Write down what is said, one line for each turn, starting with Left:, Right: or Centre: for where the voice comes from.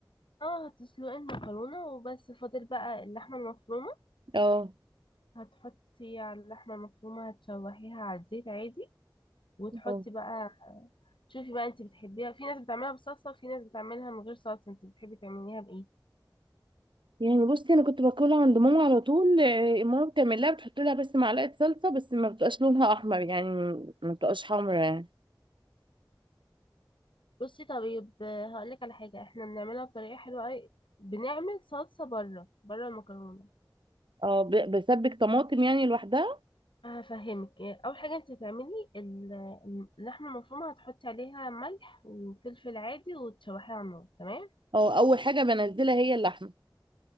Left: اه هتسلقي المكرونة وبس فاضل بقى اللحمة المفرومة
Right: اه
Left: هتحطي على اللحمة المفرومة هتشوحيها على الزيت عادي وتحطي
Right: اه
Left: بقى شوفي بقى انت بتحبيها في ناس بتعملها بصلصة وفي ناس بتعملها من غير صلصة انت بتحبي تعمليها بإيه
Right: يعني بصي انا كنت باكلها عند ماما على طول آه، ماما بتعملها بتحط لها بس معلقة صلصة بس ما بتبقاش لونها احمر يعني ما بتبقاش حمرا يعني
Left: بصي طيب آه، هقولك على حاجة احنا بنعملها بطريقة حلوة اوي بنعمل صلصة بره بره المكرونة
Right: اه ب- بسبك طماطم يعني لوحدها
Left: هفهمك آه، اول حاجة انت تعملي ال- اللحمة المفرومة هتحطي عليها ملح وفلفل عادي وتشوحيها على النار تمام
Right: اه اول حاجة بنزلها هي اللحمة